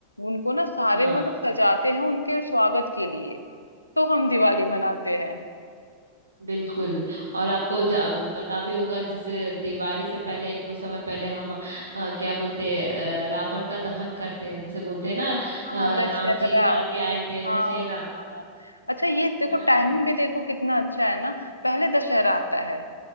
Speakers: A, on the left (about 80°); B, on the right (about 75°).
A: उनको ना सारे
B: हाँ
A: मतलब सजाते हैं उनके स्वागत के लिए तो हम दिवाली मनाते हैं
B: बिल्कुल और आपको जा, पता भी होगा जैसे दिवाली से पहले कुछ समय पहले हम अ, क्या बोलते हैं, अ, रावण का दहन करते हैं जैसे बोलते हैं ना अ,
A: हाँ दशहरा
B: राम जी मार के आए थे
A: हाँ
B: दशहरा
A: हाँ अच्छा ये देखो
B: मनाते
A: टाइमिंग
B: हैं।
A: भी देखो कितना अच्छा है ना पहले दशहरा आता है